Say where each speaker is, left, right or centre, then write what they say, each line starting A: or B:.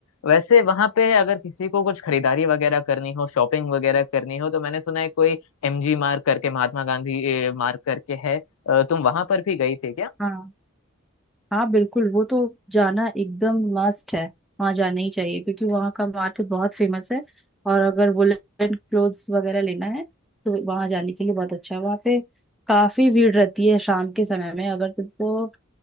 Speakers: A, on the left (about 80°); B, in the centre.
A: वैसे वहां पे अगर किसी को कुछ खरीदारी वगैरह करनी हो शॉपिंग वगैरह करनी हो तो मैंने सुना है कोई एमजी मार्ग करके महात्मा गांधी अ, मार्ग करके है अ, तुम वहां पर भी गई थी क्या
B: हाँ हाँ बिल्कुल वो तो जाना एकदम मस्ट है वहाँ जाना ही चाहिए क्योंकि वहाँ का मार्केट बहुत फेमस है और अगर वुलन क्लोथ्स वगैरह लेना है तो वहाँ जाने के लिए बहुत अच्छा है वहाँ पे काफी भीड़ रहती है शाम के समय में अगर तुमको